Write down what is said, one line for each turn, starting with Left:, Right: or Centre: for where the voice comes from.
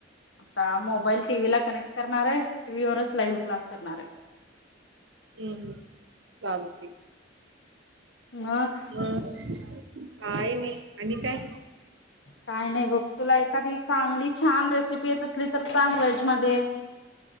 Left: आता मोबाईल टीव्ही ला कनेक्ट करणार आहे टीव्हीवरच लाईव्ह क्लास करणार आहे.
Right: हम्म चालतंय
Left: मग
Right: मग काही नाही आणि काय?
Left: काय नाही बघ तुला एखादी चांगली छान रेसिपी येत असली तर सांग व्हेज मध्ये